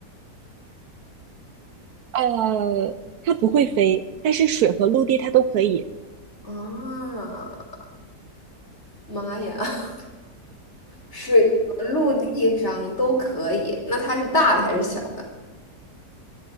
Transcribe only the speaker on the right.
呃，它不会飞，但是水和陆地它都可以，